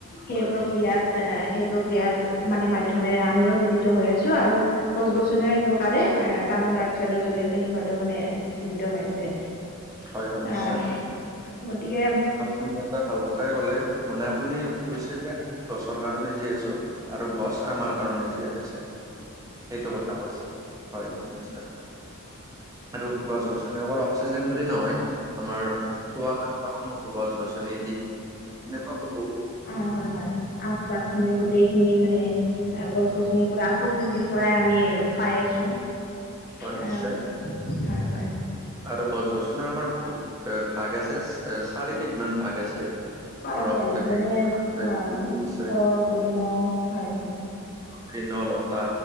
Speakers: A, on the right; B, on the left.
A: পঢ়াই
B: সেই প্ৰক্ৰিয়াত এ সেই প্ৰক্ৰিয়াৰ মানে মাধ্যমেৰে আমিও যোডিত হৈ আছো আৰু গছ গছনিও
A: হয়,
B: এক প্ৰকাৰে এ কাৰ্বন ডাই অক্সাইডৰ জৰিয়তে সিহঁতে মানে এ, জীৱিত হৈ আছে
A: হয়, হয়, নিশ্চয়।
B: আহ গতিকে।
A: আপুনি এটা ভাল কথাই কলে মানে আপুনি কৈছে যে আমি গছৰ কাৰণে জীয়াই আছো। আৰু গছ আমাৰ কাৰণে জীয়াই আছে সেইটো কথা কৈছে হয় নিশ্চয়। আৰু গছ গছনি অকল অক্সিজেন বুলি নহয় আমাৰ খোৱা খাদ্যসমূহ। গছ গছনি এবিধ এনেকুৱা বহু,
B: অ হয় হয় আচবাত খিনি গোতেইখিনি মানে গছ গছনিৰ পৰা প্ৰকৃতিৰ। পৰাই আমি পাই আছোঁ
A: হয়,
B: হয়
A: নিশ্চয়।
B: হয়।
A: আৰু গছ গছনিৰ আমাৰ বহুত ভাগ আছে চাৰিবিধ মান ভাগ আছে।
B: হয়
A: ধৰক
B: হয় যেনে
A: আছে
B: অ বৃক্ষ গলম হয় হয়।
A: তৃণ লতা